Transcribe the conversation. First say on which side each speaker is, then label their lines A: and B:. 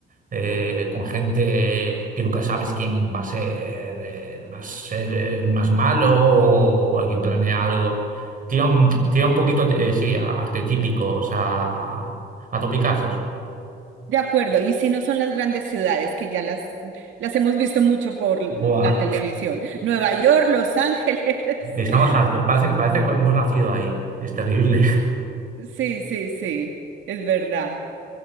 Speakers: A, on the right; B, on the right.
A: eh, con gente que nunca sabes quién va a ser el más, el- el más malo o el que planea algo. Tiene un, tiene un poquito, eh, sí, a arquetípicos, a, a topicazos.
B: De acuerdo, y si no son las grandes ciudades que ya las, las hemos visto mucho por la
A: Buah.
B: televisión, Nueva York, Los Ángeles.
A: Estamos
B: <laughs>
A: hartos, parece que, parece que hemos nacido ahí. Es terrible.
B: Sí, sí, sí, es verdad.